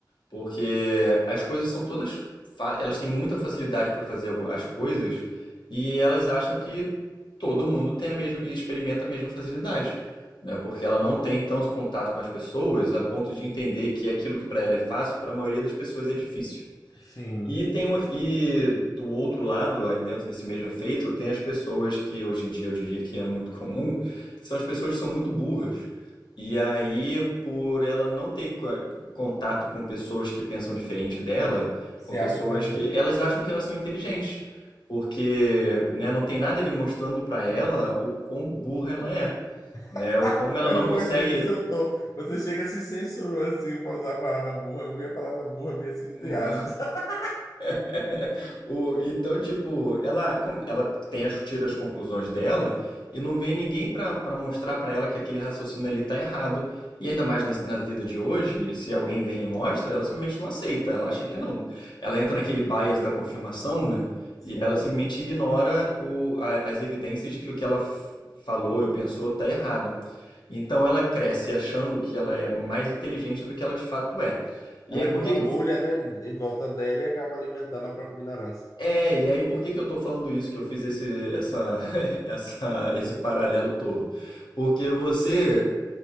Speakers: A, on the left (about 80°); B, on the left (about 50°).
A: Porque as coisas são todas. fa- Elas têm muita facilidade para fazer algu- as coisas e elas acham que todo mundo tem a mesma e experimenta a mesma facilidade, né? Porque ela não tem tanto contato com as pessoas a ponto de entender que aquilo que para ela é fácil, para a maioria das pessoas é difícil.
B: Sim,
A: E tem um, e do outro lado, aí dentro desse mesmo efeito, tem as pessoas que hoje em dia eu diria que é muito comum, que são as pessoas que são muito burras. E aí, por ela não ter co- contato com pessoas que pensam diferente dela,
B: se
A: com pessoas
B: acha inteligente.
A: que elas acham que elas são inteligentes, porque, né, não tem nada ali mostrando pra ela o quão burra ela é,
B: <laughs>
A: né, o como ela
B: Eu
A: não consegue,
B: gostei do seu tom. Você
A: o,
B: chega se censurou assim para usar a palavra burra. Eu vi a palavra burra meio assim, entre
A: um
B: aspas. <laughs>
A: <laughs> O- então, tipo, ela, como, ela tem as, tira as conclusões dela e não vem ninguém pra pra mostrar pra ela que aquele raciocínio ali tá errado. E ainda mais na, na vida de hoje, se alguém vem e mostra, ela simplesmente não aceita, ela acha que
B: É,
A: não. Ela entra naquele bias da confirmação, né?
B: sim.
A: E ela simplesmente ignora o- a- as evidências de que o que ela f- falou ou pensou tá errado. Então ela cresce achando que ela é mais inteligente do que ela de fato é. E
B: Ela
A: aí, por
B: cria
A: que
B: uma
A: que
B: bolha,
A: eu,
B: né, em volta dela e acaba alimentando a própria ignorância.
A: É, e aí por que que eu tô falando isso, que eu fiz esse, essa, <laughs> essa, esse paralelo todo? Porque você